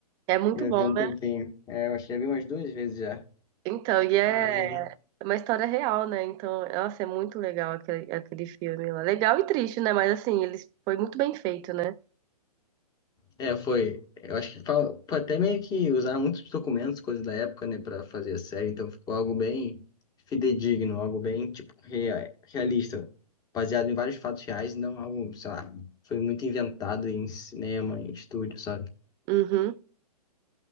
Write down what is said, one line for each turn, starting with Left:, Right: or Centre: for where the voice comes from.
Right: É muito
Left: Já
Right: bom,
Left: vi há um
Right: né?
Left: tempinho. É, eu acho que já vi umas duas vezes já.
Right: Então, e é
Left: Aí.
Right: uma história real, né? Então, nossa, é muito legal aquele, aquele filme lá. Legal e triste, né? Mas assim, ele foi muito bem feito, né?
Left: É, foi. Eu acho que fa- foi até meio que usaram muitos documentos, coisas da época, né, pra fazer a série. Então ficou algo bem fidedigno, algo bem, tipo, rea- realista. Baseado em vários fatos reais, não algo, sei lá, foi muito inventado em cinema, em estúdio, sabe?
Right: Uhum.